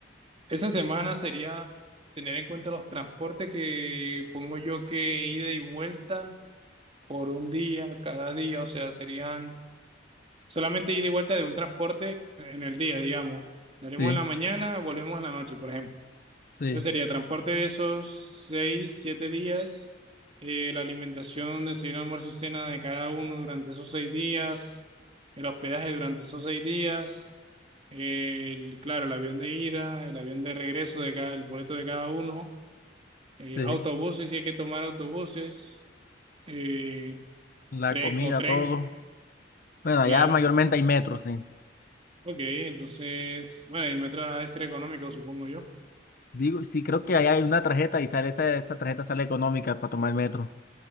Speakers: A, on the right; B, on the left.
A: esa semana sería tener en cuenta los transportes que pongo yo que ida y vuelta por un día, cada día. O sea, serían solamente ida y vuelta de un transporte en el día, digamos. Salimos
B: Sí,
A: en la mañana, volvemos en la noche, por ejemplo.
B: sí,
A: Entonces sería transporte de esos seis, siete días, eh, la alimentación, desayuno, almuerzo y cena de cada uno durante esos seis días, el hospedaje durante esos seis días, el, claro, el avión de ida, el avión de regreso de cada, el boleto de cada uno, eh,
B: sí.
A: autobuses, si hay que tomar autobuses, eh,
B: La
A: tren
B: comida,
A: o tren,
B: todo. Bueno,
A: claro.
B: allá mayormente hay metro, sí.
A: Ok, entonces, bueno, y el metro ha de ser económico, supongo yo.
B: Digo, sí, creo que allá hay una tarjeta y sale esa, esa tarjeta sale económica para tomar el metro.